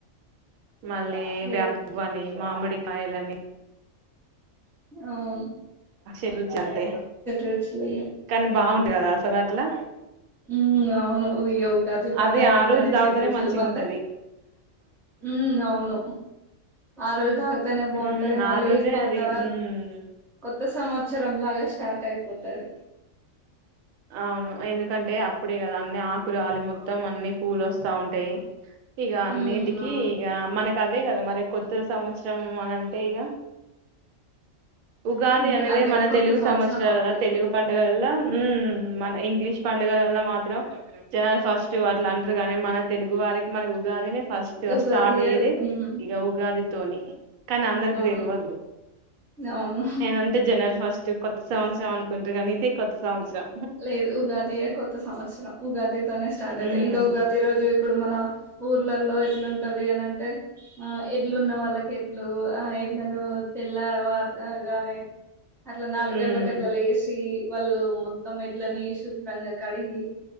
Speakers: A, on the right; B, in the centre.
A: మళ్ళీ
B: వేప్
A: వబవని మామిడికాయలని
B: అవు
A: ఇర అంటే
B: రుచులు
A: కానీ బాగుంట కదా అసలు అట్లా
B: ఉ అవును ఉగాది పడుగ
A: అది ఆ
B: అంటనే
A: రోజు తాగుతనే
B: చెట్ రజులు
A: మంచిగా
B: మత్త
A: ఉంటది
B: ఉ అవును ఆ రోజుాక్తనే బాగుంటది
A: ఉమ్
B: మళ్ళీ
A: ఆ రోజే
B: కొత్త
A: అది ఉమ్
B: కొత్త సంవత్సరం లాగా స్టార్ట్ అయిపోతుంది
A: అవును ఎందుకంటే అప్పుడే కదా అన్ని ఆకుర ఆలు మొత్తం అన్ని పూలు వస్తా ఉంటాయి ఇక
B: ఉమ్
A: నీటికి
B: అవును
A: ఈ మన కదే కదా మరి కొత్త సంవత్సరం అన అంటే ఇక ఉగాది
B: ఉమ్
A: అనేది
B: అదే
A: మన
B: కొత్త
A: తెలుగు
B: సంవత్సరం
A: సంవత్సరాల
B: అప్పుడే
A: తెలుగు పండుగల్ల ఉ మన ఇంగ్లీష్ పండుగలల్ల మాత్రం జనాలు ఫస్ట్ అట్లా అంటారు కానీ మన తెలుగు వారికి మన ఉగాదిని ఫస్ట్
B: ఉగాదియే
A: స్టార్ట్ అయ్యది
B: ఉమ్
A: ఈక ఉగాది ధోని కానీ అందరికి
B: అవును
A: తెలియదు
B: అవును
A: నేనంటే జనవరి ఫస్ట్ కొత్త సంవత్సరంనికి కుంటారుగానీ ఇదతే కొత్త సంవత్సరం
B: లేదు ఉగాదియే కొత్త సంవత్సరం ఉగాదితోనే స్టార్ట్ అవుతయి
A: ఉమ్
B: ఇంకా ఉగాది రోజు ఇప్పుడు మన ఊర్లలో ఎట్లుంటది అనింటే ఆ ఎడ్లు ఉన్న వాళ్ళకి ఎడ్లు ఆ ఎడ్ నువు తెల్లవారు గానే అట్లా నాలుగు
A: ఉమ్
B: గంటలలకు అట్లా లేసి వాళ్ళు మొత్తమ్మ ఇద్లని శుభ్రంగా కడిగి